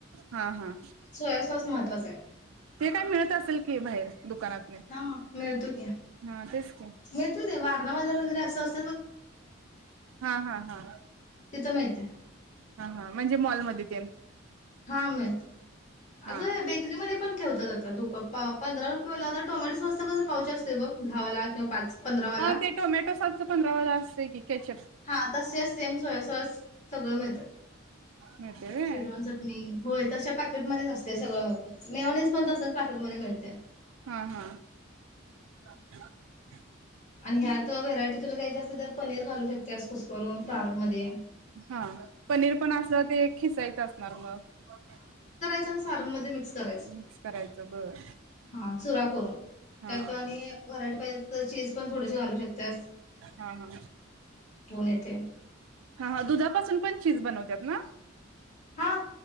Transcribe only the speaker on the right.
हा हा
ते काय मिळत असेल की बाहेर दुकानातने
हा तेच की
हा हा हा
हा हा म्हणजे मॉलमध्ये ते
हा
हा ते टोमॅटो सॉस चा पंधरावा वाल असते की केचप
मिळते रे
हा हा <unintelligible>
हा पनीर पण अस ते खिसायचं असणार मग
मिक्स करायचं बर
हा
हा हा
हा दुधापासून पण चीज बनवतात ना. <inaudible>